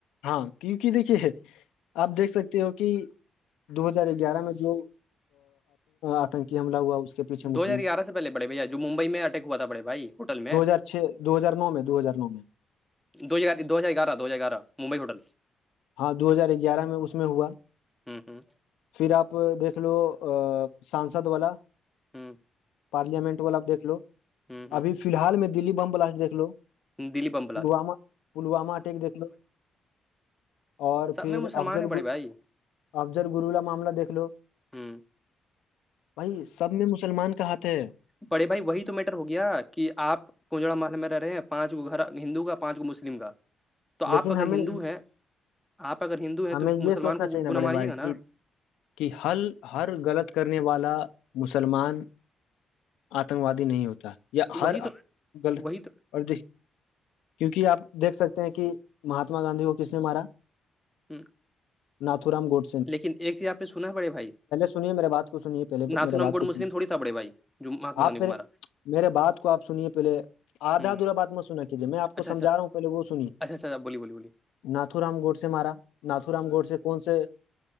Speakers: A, on the left; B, in the centre.
A: ہاں کیونکہ دیکھیے آپ دیکھ سکتے ہو کہ دو ہزار گیارہ میں جو آتنکی حملہ ہوا اس کے پیچھے مسلم
B: دو ہزار گیارہ سے پہلے بڑے بھیا جو ممبئی میں اٹیک ہوا تھا بڑے بھائی ہوٹل میں
A: دو ہزار چھ دو ہزار نو میں دو ہزار نو میں
B: دو ہزار دو ہزار گارہ دو ہزار گارہ ممبئی ہوٹل
A: ہاں دو ہزار گیارہ میں اس میں ہوا
B: ہوں ہوں
A: پھر آپ دیکھ لو سانسد والا
B: ہوں
A: پارلمنٹ والا دیکھ لو
B: ہوں ہوں
A: ابھی فی الحال میں دلی بم بلاسٹ دیکھ لو
B: Delhi bomb blast
A: Pulwama Pulwama attack دیکھ لو اور
B: سب
A: پھر
B: میں مسلمان
A: افضل
B: ہیں بڑے بھائی
A: افضل گرو کا معاملہ دیکھ لو
B: ہوں
A: بھائی سب میں مسلمان کا ہاتھ ہے
B: پڑے بھائی وہی تو میٹر ہو گیا کہ آپ کجڑا محل میں رہے ہیں پانچ گھر ہندو کا پانچ گھر مسلم کا تو آپ
A: لیکن
B: اگر
A: ہمیں
B: ہندو ہیں آپ اگر ہندو ہیں
A: ہمیں
B: تو
A: یہ
B: مسلمان
A: سوچنا
B: کو
A: چاہیے نا
B: گنا
A: بڑے
B: مانیے
A: بھائی
B: گا
A: کہ
B: نا
A: کہ ہر ہر غلط کرنے والا مسلمان آتنک وادی نہیں ہوتا یا
B: تو
A: ہر
B: وہی تو
A: غلط
B: وہی تو
A: اور کیوںکہ آپ دیکھ سکتے ہیں کہ مہاتما گاندھی کو کس نے مارا
B: ایک <unintelligible>
A: ناتھو رام گوڈ
B: لیکن ایک چیز آپ نے سنا ہے بڑے بھائی
A: سنیے میرے بات کو سنیے پہلے
B: ناتھو
A: میرے
B: رام
A: بات
B: کوڈ
A: کو
B: مسلم
A: سنیے
B: تھوڑی بڑے بھائی جو مہاتما
A: آپ
B: گاندھی
A: پھر
B: کو مارا
A: میرے بات کو آپ سنیے پہلے آدھا
B: ہ
A: ادھورا بات مت سنا کہجیے میں آپ کو
B: اچھا
A: سمجھا
B: اچھا
A: رہا ہوں پہلے وہ سنیے
B: اچھا اچھا بولیے بولیے
A: ناتھو رام گوڑ سے مارا ناتھ رام گوڑ سے کون سے